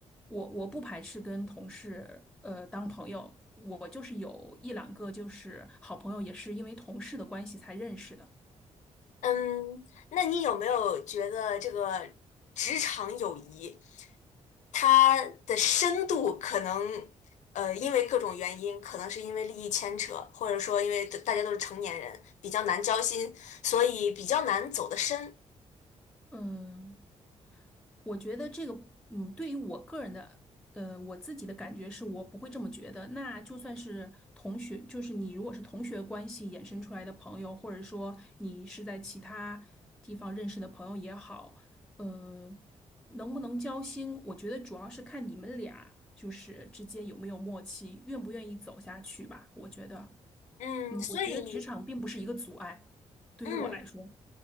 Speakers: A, in the centre; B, on the left.
A: 我我不排斥跟同事呃当朋友，我就是有一两个就是好朋友，也是因为同事的关系才认识的。
B: 嗯，那你有没有觉得这个职场友谊它的深度可能，呃，因为各种原因，可能是因为利益牵扯，或者说因为大家都是成年人，比较难交心，所以比较难走得深。
A: 嗯，我觉得这个，嗯，对于我个人的，呃，我自己的感觉是我不会这么觉得。那就算是同学，就是你如果是同学关系衍生出来的朋友，或者说你是在其他地方认识的朋友也好，呃，能不能交心，我觉得主要是看你们俩就是之间有没有默契，愿不愿意走下去吧。我觉得，
B: 嗯，
A: 嗯，
B: 所以。
A: 我觉得职场并不是一个阻碍，对于我来说，
B: 嗯，